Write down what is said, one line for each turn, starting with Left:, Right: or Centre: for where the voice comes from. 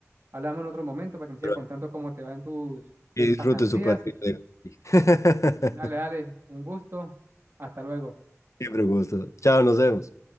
Right: Hablamos en otro momento para que me sigas
Left: pero
Right: contando cómo te va en tus
Left: que disfruten
Right: pasantías
Left: su partido. de- <laughs>
Right: Dale, dale, un gusto. Hasta luego.
Left: Siempre un gusto. Chao, nos vemos.